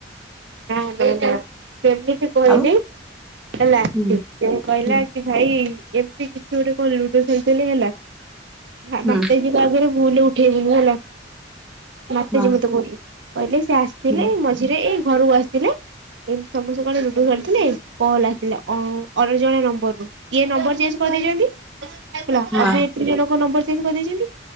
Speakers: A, on the right; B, in the centre.
A: ନା ଦେଇ ନା ସେମିତି। କହିଲି
B: ଆଉ
A: ହେଲା କି
B: ହୁଁ
A: ସେ କହିଲା
B: ହୁଁ
A: ଭାଇ ଏମିତି କିଛି ଗୋଟେ କଣ ଲୁଡୁ ଖେଳୁଥିଲେ ହେଲା ହଁ
B: ହୁଁ
A: ମତେ ଆଗରୁ ଭୁଲରେ ଉଠେଇ ବୁନି ହେଲା ରାତି
B: ହଁ
A: ଯେ ମତେ କହିଲେ କହିଲେ ସେ ଆ ଥିଲେ
B: ହୁଁ
A: ଏ ମଝିରେ ଏଇ ଘରକୁ ଆସିଥିଲେ। ଏମିତି ସମସ୍ତେ କାଳେ ଲୁଡୁ ଖେଳୁଥିଲେ କଣ ହେଲା ଥିଲା କଣ ଅନ୍ୟ ଜଣ ନମ୍ୱର୍ ରୁ କିଏ ନମ୍ବର ଚେଞ୍ଜ କରିଦେଇଛନ୍ତି। ହେଲା
B: ହଁ
A: ଅଭିନେତ୍ରୀ ଜଣକ ନମ୍ବର କରିଦେଇଛନ୍ତି